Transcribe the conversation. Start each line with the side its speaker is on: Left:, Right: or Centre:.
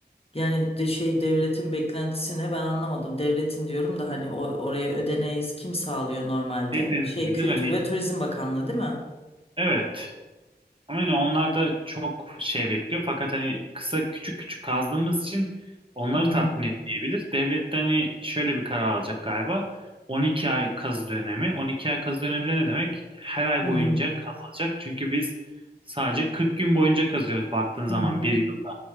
Left: Yani de şey devletin beklentisine ben anlamadım. Devletin diyorum da hani o oraya ödeneği kim sağlıyor normalde?
Right: Şey denilebilir
Left: Şey Kültür
Right: hani
Left: ve Turizm Bakanlığı değil mi?
Right: evet Aynen onlar da çok şey bekliyor. Fakat hani kısa küçük küçük kazdığımız için onları
Left: Hmm.
Right: tatmin etmeyebilir. Devlet de hani şöyle bir karar alacak galiba. 12 ay kazı dönemi. 12 ay kazı dönemi de ne demek? Her ay
Left: Hı
Right: boyunca
Left: hı.
Right: kazılacak. Çünkü biz sadece 40 gün boyunca kazıyoruz baktığın zaman
Left: Hı hı.
Right: bir yılda.